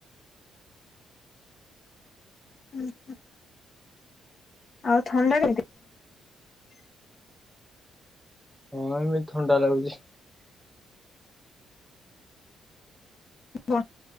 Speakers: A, on the left; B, in the centre.
A: <unintelligible> ଆଉ ଥଣ୍ଡା କେ
B: ହଁ ଏମିତି ଥଣ୍ଡା ଲାଗୁଛି
A: <unintelligible>